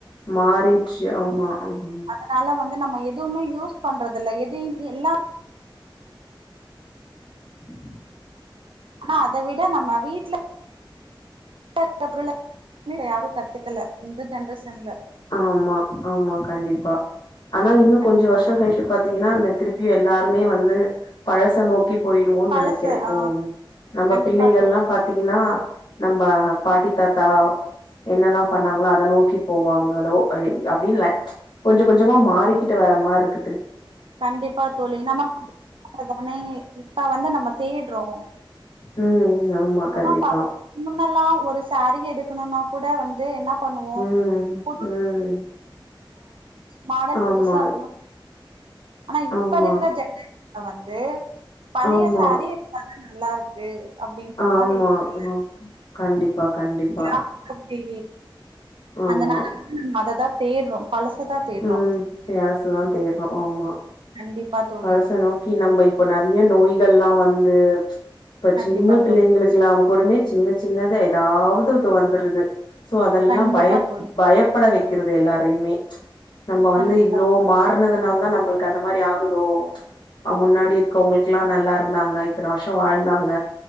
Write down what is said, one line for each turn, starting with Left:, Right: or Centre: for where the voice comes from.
Left: மாறிச்சு ஆமா ம்
Right: அதனால வந்து நம்ம எதுமே யூஸ் பண்றது இல்ல எதையுமே எல்லா
Left: <inaudible>
Right: ஆனா அத விட நம்ம வீட்ல வீட்ல இருக்கிற பொருள யாரு கத்துக்கல இந்த ஜென்ரேஷன்ல
Left: ஆமா ஆமா கண்டிப்பா ஆனா இன்னு
Right: கண்டிப்பா
Left: கொஞ்ச வருஷோ
Right: தோழி
Left: கழிச்சு பாத்தீங்கன்னா திருப்பி எல்லாருமே வந்து பழச நோக்கி போயிருவோன்னு
Right: பழச
Left: நெனக்கிறேன் இப்போ
Right: ஆ
Left: நம்ம
Right: கண்டிப்பா
Left: பிள்ளைக
Right: தோழி
Left: எல்லா பாத்தீங்கன்னா நம்ம பாட்டி தாத்தா என்னெல்லா பண்ணாங்ளோ அத நோக்கி போவாங்க ஹலோ அப்டின்னு இல்ல கொஞ்சோ கொஞ்சமா மாறிகிட்டு வர்ற மாரி இருக்கு
Right: கண்டிப்பா தோழி நம்ம <inaudible> தானே இப்ப வந்து நம்ம தேடுறோ
Left: ம் ஆமா.
Right: ஆனா
Left: கண்டிப்பா.
Right: ப <inaudible> முன்னெல்லா ஒரு சாரி எடுக்கணுனா கூட வந்து என்ன பண்ணுவோ
Left: ம்.
Right: புது
Left: ம்.
Right: <inaudible> மாடல்
Left: ஆமா,
Right: புதுசா இருக்கணு ஆனா இப்ப
Left: ஆமா,
Right: இருக்கிற ஜென்ரேஷன்ல வந்து பழைய
Left: ஆமா,
Right: சாரி ம் நல்லா இருக்கு அப்டின்ற
Left: ஆமா.
Right: மாரி இருக்கல்ல
Left: ம். கண்டிப்பா, கண்டிப்பா.
Right: <unintelligible> அப்டி
Left: ஆமா.
Right: அதனால வந்து நம்ம அததா தேடுறோ பழசதா தேடுறோ
Left: ம் பழசதா தேடுறோ ஆமா
Right: கண்டிப்பா தோழி
Left: பழச நோக்கி நம்ம இப்ப நெறய நோய்கள் எல்லா வந்து து இப்ப
Right: கண்டிப்பா
Left: சின்ன பிள்ளைங்களுக்கெல்லா
Right: தோழி
Left: உடனே சின்ன சின்னதா எதாவது ஒன்னு வந்துருது சோ அதெல்லா
Right: கண்டிப்பா
Left: பயப்
Right: தோழி
Left: பயப்பட வெக்கறது எல்லாரையுமே நம்ம வந்து
Right: கண்டிப்பா
Left: இவ்ளோ மாறுனதுனாலதா நம்மளுக்கு அந்த மாரி ஆகுதோ அ முன்னாடி இருக்கவங்களுக்கெல்லா நல்லா இருந்தாங்க இத்தனை வருஷோ வாழ்தாங்க